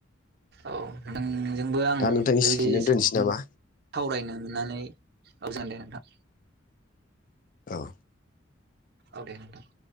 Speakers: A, on the right; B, on the left.
A: औ नोंजोंबो आं
B: दा नोंथां इसिखिनो
A: बेबायदि। सावरायनो
B: दोनसै नामा
A: मोननानै गोजोनबाय नोंथां।
B: औ।
A: औ दे नोंथां।